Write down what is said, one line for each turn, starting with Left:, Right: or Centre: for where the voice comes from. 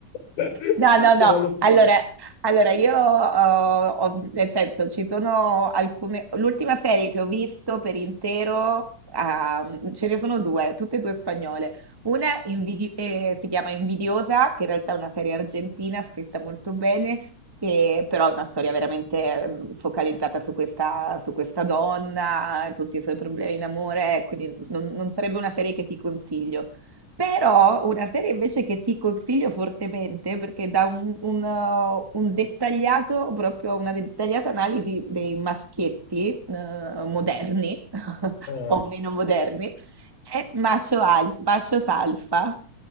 Left: <laughs>
Right: No, no,
Left: Se
Right: no.
Left: non l'ho finito.
Right: Allora, allora io ho, ho- nel senso, ci sono alcune. L'ultima serie che ho visto per intero, ah, ce ne sono due, tutte e due spagnole. Una invidi- eh, si chiama Invidiosa, che in realtà è una serie argentina scritta molto bene, e però è una storia veramente mm, focalizzata su questa, su questa donna, tutti i suoi problemi in amore, quindi non non sarebbe una serie che ti consiglio. Però una serie invece che ti consiglio fortemente, perché dà un, un, eh, un dettagliato, proprio una dettagliata analisi dei maschietti eh, moderni <laughs>
Left: eh,
Right: o meno moderni, è bacio, al- bacio salsa,